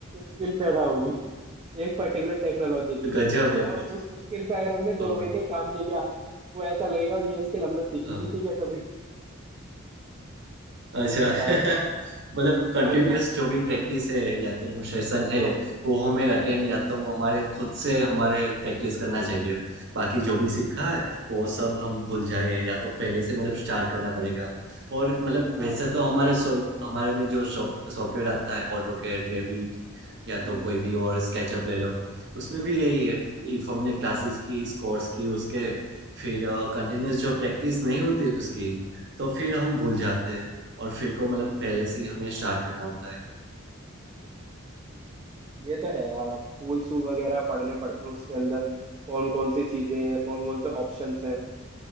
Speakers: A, on the right; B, on the right.
A: स्किल पैदा होगी एक पर्टिकुलर टेक्नोलॉजी की
B: गजब है
A: और
B: गजब
A: उस स्किल पे अगर हमने दो
B: ओ,
A: महीने काम नहीं किया वो ऐसा लगेगा ये स्किल हमने सीखी
B: हाँ
A: भी थी क्या कभी
B: अच्छा
A: बताओ
B: <laughs> मतलब कंटिन्यूअस
A: और क्या
B: जो भी प्रैक्टिस है या तो वो सेशन
A: हाँ
B: है वो हमें अटेंड या तो वो हमारे खुद से हमारे प्रैक्टिस करना चाहिए बाकी जो भी सीखा है वो सब हम भूल
A: हम्म,
B: जाए या तो पहले से मतलब स्टार्ट करना पड़ेगा और मतलब
A: हाँ
B: वैसे तो हमारे सो हमारे में जो सॉफ्टवेयर आता है ऑटो कैड रेविट या
A: हम्म,
B: तो कोई भी और स्केचअप ले लो उसमें भी यही है कि इफ हमने क्लासेस की इस कोर्स की उसके फिर कंटिन्यूअस जो प्रैक्टिस नहीं होती उसकी तो फिर हम भूल जाते हैं और फिर को मतलब
A: हाँ।
B: पहले से ही हमें स्टार्ट करना होता है
A: ये तो है यार आप टूल्स वगैरह पढ़ने पड़ते हैं उसके अंदर कौन कौन सी चीजें हैं कौन कौन से ऑप्शंस हैं